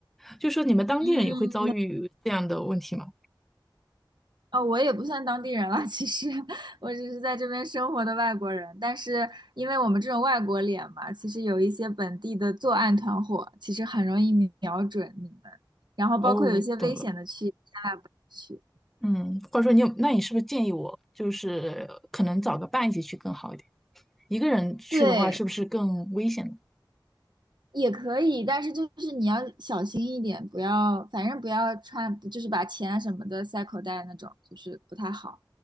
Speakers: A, in the centre; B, on the right.
A: 就说你们当地人也会遭遇这样的问题吗？
B: 嗯，哦，我也不算当地人了，其实 <laughs> 我只是在这边生活的外国人。但是因为我们这种外国脸嘛，其实有一些本地的作案团伙，其实很容易瞄准你们。然后包括有一些危险的区，
A: 哦，懂了。
B: 域，千万不要去。
A: 嗯，或者说你有，那你是不是建议我就是可能找个伴一起去更好一点？一个人去的话，
B: 对，
A: 是不是更危险呢？
B: 也可以，但是就是你要小心一点，不要，反正不要穿，就是把钱啊什么的塞口袋那种，就是不太好。